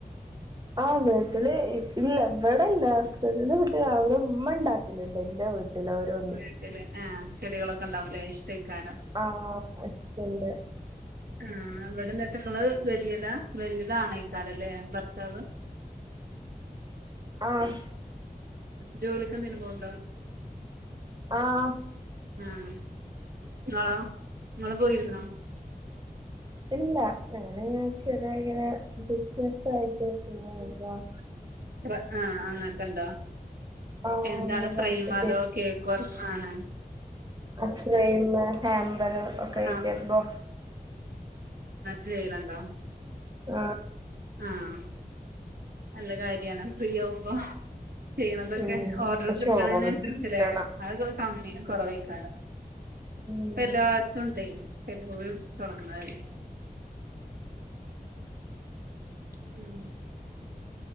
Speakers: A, on the right; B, on the right.
A: ആ വീട്ടല് ഇല്ല ഇവിടെല്ല ഹസ്സന്റിന്റെ വീട്ട് ല് അവിടെ ഉമ്മ ഇണ്ടാക്കലുണ്ട് എന്റെ വീട്ടില്. ഓരോന്ന്
B: വീട്ടില് ആ ചെടികളൊക്കെ ഉണ്ടാവൂലെ. ഇഷ്ടക്കാരം.
A: ആ ഇഷ്ട്ടണ്ട്.
B: ആഇവിടെങ്ങള് വലിയതാ. വലുത് ആണക്കാരല്ലെ. ഭർത്താവ്
A: <inaudible> ആഹ്
B: ജോലിക്കെന്തങ്കിലും പോവുണ്ടോ?
A: ആഹ്
B: ആഹ് ങ്ങളോ? ങ്ങള് പോയിരുന്നോ?
A: ഇല്ല ഞാനങ്ങനെചെറിയങ്ങനെ ബിസിന ആയിട്ട് പോവ.
B: റആ അങ്ങത്തെ ഇണ്ടോ?
A: ആഹ്
B: എന്താണ്
A: അങ്ങനെ
B: ഫ്രൈമോ
A: വർക്ക്
B: അതോ കേക്കോ അങ്ങനെ
A: ഫ്രൈമ് ട്ടമ്പർ ഒക്കെ
B: ആഹ്
A: ആയിട്ട് ഇപ്പം
B: ചെയ്യലണ്ടോ?
A: ആ
B: ആഹ് നല്ല കാര്യണ്. ഫ്രീ ആകുമ്പോ ചെയ്യണതൊക്കെ
A: ഉം
B: ഓർഡർ
A: പക്ഷെ
B: കിട്ടണന്
A: ഓർഡർ
B: അനുസരിച്ചല്ലേ
A: കിട്ടണം
B: അതക്കെ കമ്മിന് കുറവായിരിക്കും.
A: ഉം
B: ഇപ്പോഎല്ലായിത്തും ഉണ്ടെ <unintelligible> തുറന്നാല് <inaudible>